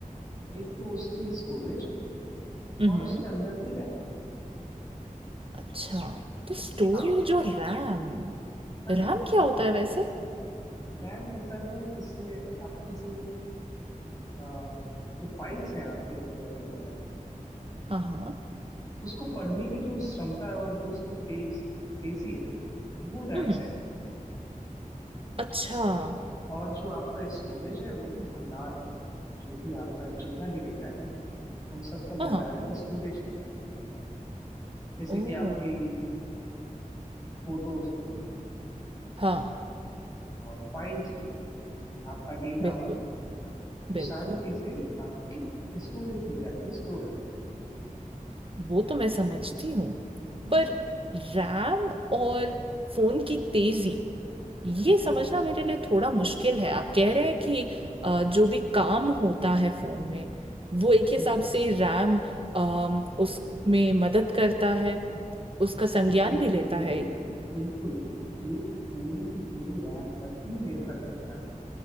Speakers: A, on the left; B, on the right.
A: एक तो उसकी स्टोरेज
B: हम्म
A: और उसके अंदर की रैम
B: अच्छा तो स्टोरेज
A: हाँ
B: और रैम
A: हाँ
B: रैम
A: जी
B: क्या होता है वैसे
A: रैम होता है जिससे आपकी जो अ, जो फाइल्स हैं आपके फोन के अंदर
B: हाँ हाँ
A: उसको पढ़ने की जो क्षमता है और जो उसकी तेज तेजी है वो रैम
B: हम्म
A: से आती है
B: अच्छा हाँ
A: और जो आपका स्टोरेज है वही भंडार करता है जो भी आपका जितना भी डेटा है उन सब का
B: हाँ
A: भंडारण स्टोरेज के अंदर होता है जैसे
B: ओ
A: कि आपकी फोटोज हो गई
B: हाँ
A: और फाइल्स हो गए आपका डेटा हो
B: बिल्कुल
A: गया वो
B: बिल्कुल
A: सारी चीजें आपके स्टोरेज में जाके स्टोर हो जाती है
B: वो तो मैं समझती हूँ
A: ठीक
B: पर
A: है।
B: रैम और फोन की तेजी ये
A: हम्म
B: समझना मेरे लिए थोड़ा मुश्किल है आप कह रहे हैं कि अ, जो भी काम होता है फोन में वो एक हिसाब
A: हम्म
B: से रैम अम, उसमें मदद करता है उसका
A: हम्म
B: संज्ञान
A: बिल्कुल
B: भी लेता
A: बिल्कुल
B: है
A: बिल्कुल ये पूरी की पूरी रैम पर ही निर्भर करता है